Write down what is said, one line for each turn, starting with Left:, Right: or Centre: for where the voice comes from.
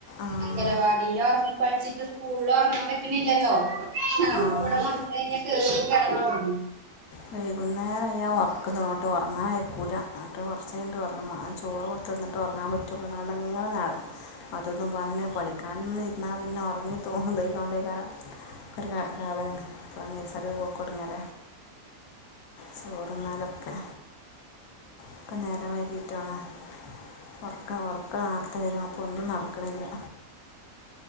Left: ആഹ്
Right: അംഗലവാടിയിലർങ്ങ പഠിച്ചിട്ട് സ്കൂള ഒറങ്ങാൻ പറ്റണില്ലല്ലോ അപ്പ
Left: ആഹ്
Right: ഇവിടെ വന്ന് കഴിഞ്ഞൽ കേറി കെടന്നോറഗും
Left: വൈകുന്നേരം ആയാൽ ഉറക്കന്ന്റങ്ങോട്ട് ഉറങ്ങാനായിട്ട് കുല എന്നിട്ട് കുറച്ച് കഴിട്ട് ഉറങ്ങും ചോറ് കൊടുത്ത് വന്നിട്ട് ഉറങ്ങാൻ പറ്റുള്ളൂ എന്നടങ്ങനെ നട അത അതും ഇതും പറഞ്ഞ് പഠിക്കാ ഇരുന്നാൽ പിന്നെ ഉറങ്ങി ത്തു ഇതായികേണ്ടേക്കാര ഒക്കെ ഒരു കഥണ് ഇപ്പ നെയ്‌സറി പോക്കടുങ്ങാര ചോറന്നാലൊക്കെ ഇപ്പ നേരം വൈകിട്ടണ് ഉർക്ക ഉറക്കനർത്തെ വരും അപ്പൊ ഒന്നും നടക്കണില്ല